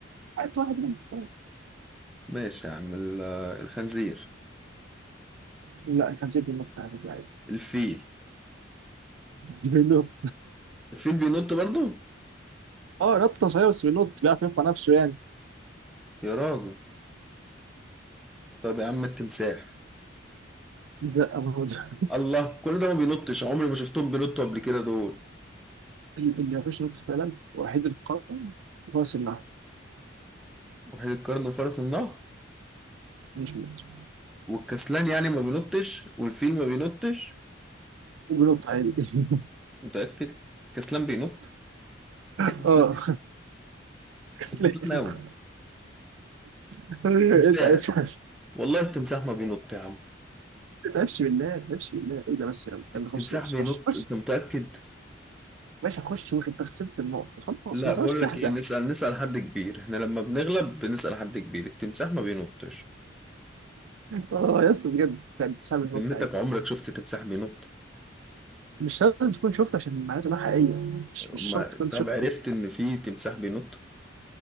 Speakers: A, on the right (about 80°); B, in the centre.
A: عارف واحد منهم
B: ماشي يا عم ال- الخنزير
A: لا كان سيبني النط يعني لعيب
B: الفيل
A: <laughs> بينط
B: الفيل بينط برضه
A: <laughs> اه نطه صحيح بس بينط بيعرف يرفع نفسه يعني
B: يا راجل طب يا عم التمساح
A: لا أبدا
B: الله كل ده ما بينطش عمري ما شفتهم بينطوا قبل كده دول
A: اللي ما فيش نط فعلا وحيد القرن هو سلاح
B: وحيد القرن وفرس النهر
A: مش بينط
B: والكسلان يعني ما بينطش والفيل ما بينطش
A: وبينط عادي
B: متأكد الكسلان بينط
A: <laughs>
B: ده كسلان
A: اه كسلان
B: ده كسلان
A: <laughs>
B: قوي
A: اسال
B: تمساح
A: اسال
B: والله التمساح ما بينط يا عم
A: ما تلعبش بالله ما تلعبش بالله ايه ده بس يلا
B: التمساح
A: يلا خش يا باشا
B: بينط
A: خش خش
B: انت متأكد
A: باشا خش واخد تخسرت النقط خلاص
B: لا
A: ما
B: بقول
A: تقعدش تحزق
B: لك ايه نسأل نسأل حد كبير احنا لما بنغلب بنسأل حد كبير التمساح ما بينطش
A: اه يا اسطى بجد بجد صعب النقط
B: ذمتك
A: عادي
B: عمرك شفت تمساح بينط
A: مش لازم تكون شفت عشان معناته انها حقيقيه مش مش
B: ما
A: شرط تكون
B: طب
A: شفت
B: عرفت ان في تمساح بينط